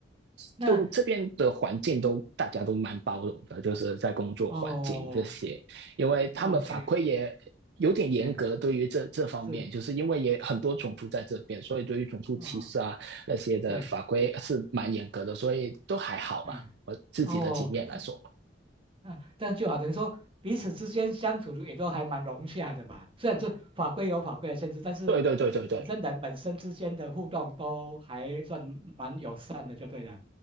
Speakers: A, on the right; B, on the right.
A: 那
B: 就这边的环境都大家都蛮包容的，就是在工作环境这些，
A: 哦
B: 因为他们法规也有点严格，
A: ，OK，哎，
B: 对于这这方面，
A: 是，
B: 就是因为也很多种族在这边，所以对于种族歧视啊那些的法规是蛮严格的，
A: 哦，对，
B: 所以都还好吧。
A: 嗯，
B: 我自己的经验来说，
A: 哦，这啊，这样就好，等于说彼此之间相处也都还蛮融洽的吧。虽然说法规有法规的限制，但是
B: 对对对对对，
A: 本身人本身之间的互动都还算蛮友善的，就对了。